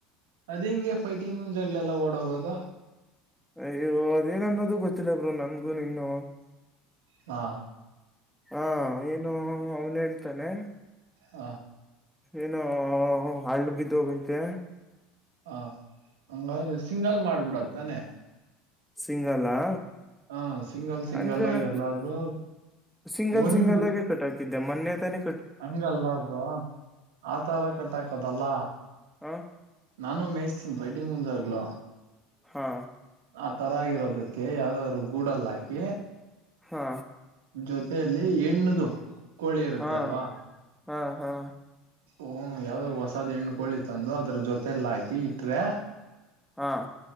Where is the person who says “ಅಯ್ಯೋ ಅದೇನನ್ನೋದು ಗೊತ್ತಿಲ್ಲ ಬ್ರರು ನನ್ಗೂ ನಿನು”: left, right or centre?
Centre